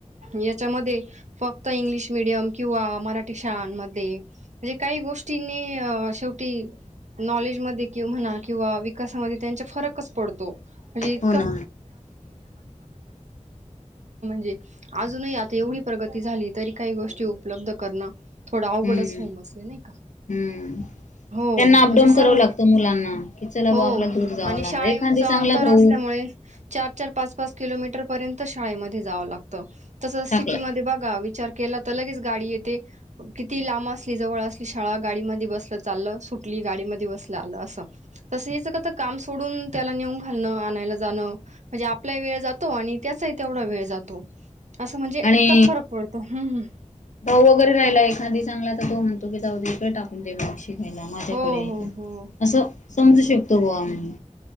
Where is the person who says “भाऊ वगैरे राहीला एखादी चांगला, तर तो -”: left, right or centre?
Left